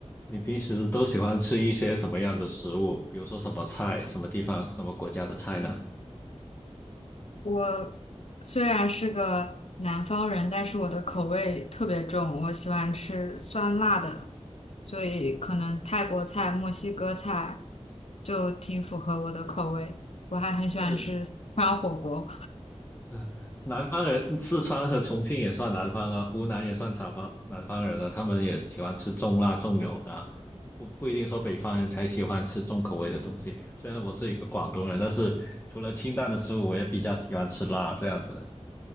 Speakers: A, on the left; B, on the left.
A: 你平时都喜欢吃一些什么样的食物？比如说什么菜，什么地方，什么国家的菜呢？
B: 我虽然是个南方人，但是我的口味特别重，我喜欢吃酸辣的，所以可能泰国菜、墨西哥菜就挺符合我的口味。我还很喜欢吃四川火锅。
A: 是，嗯，南方人，四川和重庆也算南方啊，湖南也算南方南方人啊，他们也喜欢吃重辣重油的啊，不不一定说北方人才喜欢吃重口味的东西。虽然我是一个广东人，但是除了清淡的食物，我也比较喜欢吃辣这样子，